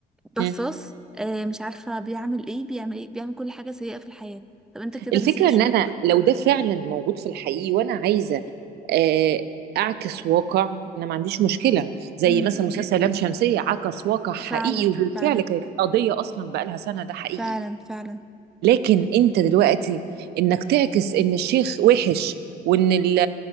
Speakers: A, in the centre; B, on the right (about 75°).
A: بصاص
B: مم.
A: آه مش عارفة بيعمل ايه بيعمل ايه بيعمل كل حاجة سيئة في الحياة طب انت كده
B: الفكرة
A: بتسيء الشيوخ
B: ان انا لو ده فعلا موجود في الحقيقي وانا عايزة آه، اعكس واقع انا ما عنديش مشكلة زي
A: امم
B: مثلا مسلسل لام شمسية عكس واقع حقيقي
A: فعلا
B: وبالفعل
A: فعلا
B: كانت قضية اصلا بقالها سنة ده حقيقي
A: فعلا فعلا
B: لكن انت دلوقتي انك تعكس ان الشيخ وحش وان ال-